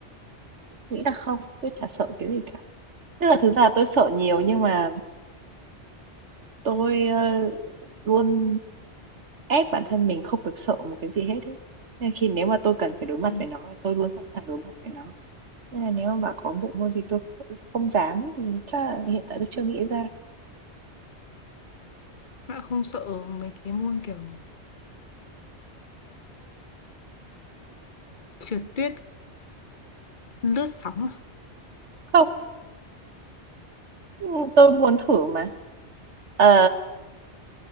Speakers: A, on the right; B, on the left.
A: nghĩ là không, tôi chả sợ cái gì cả. Tức là thực ra là tôi sợ nhiều nhưng mà tôi, ơ, luôn ép bản thân mình không được sợ một cái gì hết ấy. Nên khi nếu mà tôi cần phải đối mặt
B: Ừ.
A: với nó, tôi luôn sẵn sàng đối mặt với nó. Nên là nếu mà bảo có bộ môn gì tôi không không dám thì chắc là hiện tại tôi chưa nghĩ ra.
B: bạn không sợ mấy cái môn kiểu trượt tuyết lướt sóng à
A: Không, Ừ, Tôi muốn thử mà Ờ,